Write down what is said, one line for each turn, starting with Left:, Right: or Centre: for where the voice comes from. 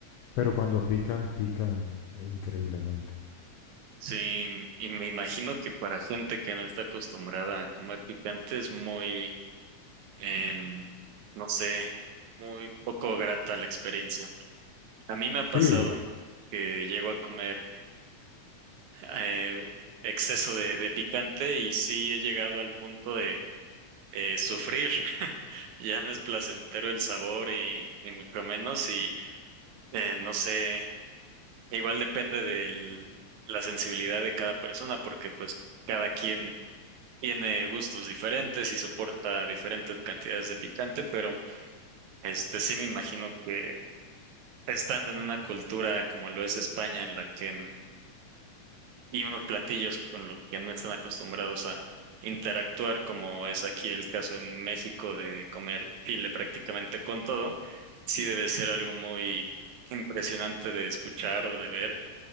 Left: Pero cuando pican, pican eh, increíblemente.
Right: Sí, y me imagino que para gente que no está acostumbrada a comer picante es muy, em, no sé, muy poco grata la experiencia. A mí me ha
Left: Sí,
Right: pasado que llego a comer eh, exceso de, de picante y sí he llegado al punto de eh, sufrir. <laughs> Ya no es placentero el sabor y ni mucho menos y eh, no sé, igual depende de la sensibilidad de cada persona porque pues cada quien tiene gustos diferentes y soporta diferentes cantidades de picante, pero este sí me imagino que estando en una cultura como lo es España en la que mm, y unos platillos con los que no están acostumbrados a interactuar, como es aquí el caso en México de comer chile prácticamente con todo, sí debe ser algo muy impresionante de escuchar o de ver.